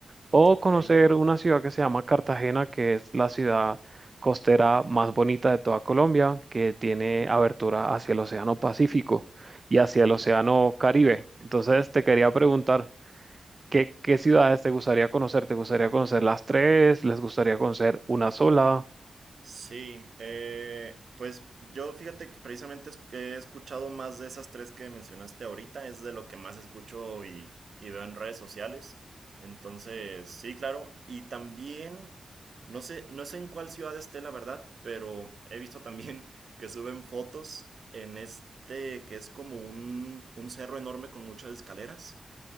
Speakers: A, on the right; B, on the right.
A: o
B: Ok.
A: conocer una ciudad que se llama Cartagena, que es la ciudad costera más bonita de toda Colombia, que tiene abertura hacia el Océano Pacífico y hacia el Océano Caribe. Entonces, te quería preguntar, ¿qué, qué ciudades te gustaría conocer? ¿Te gustaría conocer las tres? ¿Les gustaría conocer una sola?
B: Sí, eh, pues yo fíjate que precisamente es- he escuchado más de esas tres que mencionaste ahorita, es de lo que más escucho y, y veo en redes sociales. Entonces, sí, claro. Y también, no sé, no sé en cuál ciudad esté, la verdad, pero he visto también <laughs> que suben fotos en este que es como un, un cerro enorme con muchas escaleras,